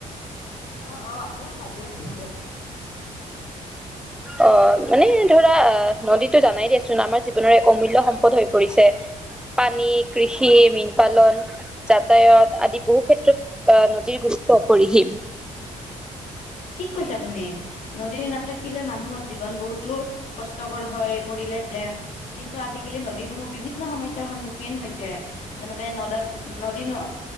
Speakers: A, on the left (about 70°); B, in the centre.
A: অ', অ', মইয়ে ভাবিয়ে আছিলো ৰ'বা।
B: অ', এনে ধৰা অ', নদীতটো জানাই দিয়চোন আমাৰ জীৱনৰ এক অমূল্য সম্পদ হৈ পৰিছে। পানী, কৃষি, মীন পালন যাতায়াত আদি বহু ক্ষেত্ৰত, অ', নদীৰ গুৰুত্ব অপৰিসীম।
A: ঠিক কৈছা তুমি, নদী নাথাকিলে মানুহৰ জীৱন বহুতো কষ্টকৰ হৈ পৰিলেহেতেন কিন্তু আজিকালি নদীসমূহ বিভিন্ন সমস্যাৰ সন্মুখীন খীন হৈছে, যেনেকে নদেন নদী নহয়